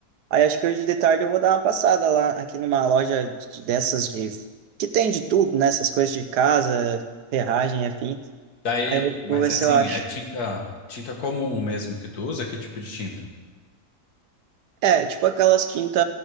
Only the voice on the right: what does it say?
Aí acho que hoje de tarde eu vou dar uma passada lá aqui numa loja de- dessas de que tem de tudo, né? Essas coisas de casa, ferragem, afim.
Aí eu vou,
vou ver
se
eu acho.
É, tipo aquelas quinta